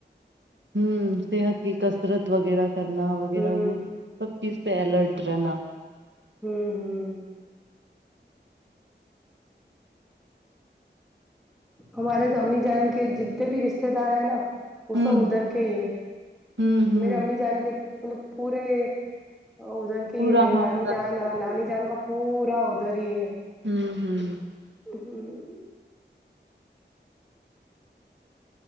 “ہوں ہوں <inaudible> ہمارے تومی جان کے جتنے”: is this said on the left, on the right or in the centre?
Centre